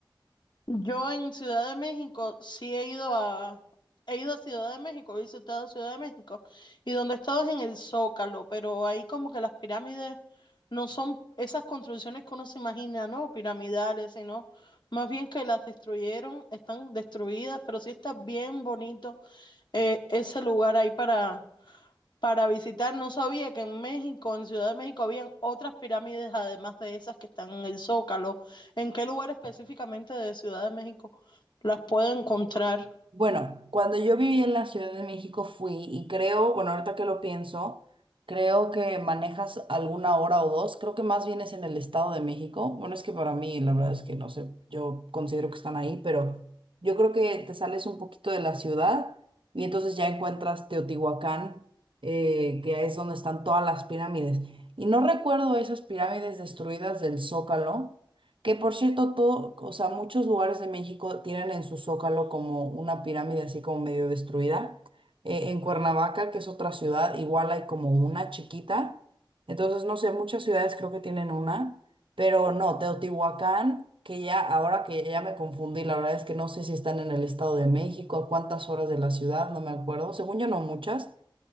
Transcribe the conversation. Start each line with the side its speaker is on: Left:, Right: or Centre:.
Left: Yo en Ciudad de México sí he ido a, he ido a Ciudad de México, he visitado Ciudad de México, y donde he estado es en el Zócalo, pero ahí como que las pirámides no son esas construcciones que uno se imagina, ¿no? Piramidales, sino más bien que las destruyeron, están destruidas, pero sí está bien bonito eh, ese lugar ahí para, para visitar. No sabía que en México, en Ciudad de México, habían otras pirámides además de esas que están en el Zócalo. ¿En qué lugar específicamente de Ciudad de México? las pueda encontrar.
Right: Bueno, cuando yo viví en la Ciudad de México fui y creo, bueno, ahorita que lo pienso, creo que manejas alguna hora o dos, creo que más bien es en el Estado de México. Bueno, es que para mí la verdad es que no sé, yo considero que están ahí, pero yo creo que te sales un poquito de la ciudad y entonces ya encuentras Teotihuacán, eh, que es donde están todas las pirámides. Y no recuerdo esas pirámides destruidas del Zócalo. Que por cierto, todo, o sea, muchos lugares de México tienen en su zócalo como una pirámide así como medio destruida. Eh, en Cuernavaca, que es otra ciudad, igual hay como una chiquita. Entonces, no sé, muchas ciudades creo que tienen una, pero no, Teotihuacán, que ya ahora que ya me confundí, la verdad es que no sé si están en el Estado de México, a cuántas horas de la ciudad, no me acuerdo. Según yo, no muchas.